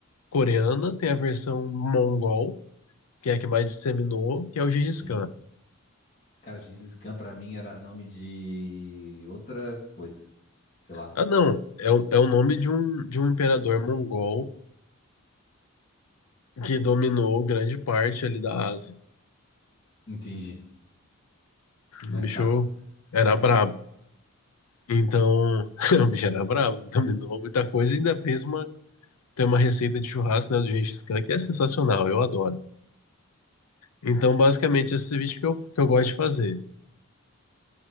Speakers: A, on the left; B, on the left.
A: coreana, tem a versão mongol, que é a que mais disseminou, que é o Gengis
B: Sim.
A: Khan.
B: Cara, Gengis Khan pra mim era nome de outra coisa. Sei lá.
A: Ah, não, é o, é o nome de um, de um imperador mongol que dominou grande parte ali da Ásia.
B: Entendi. Mas
A: O bicho
B: tá.
A: era brabo. Então, <laughs> o bicho era brabo, ele dominou muita coisa e ainda fez uma, tem uma receita de churrasco, né, do Gengis Khan, que é sensacional, eu adoro. Então, basicamente, esse vídeo que eu, que eu gosto de fazer.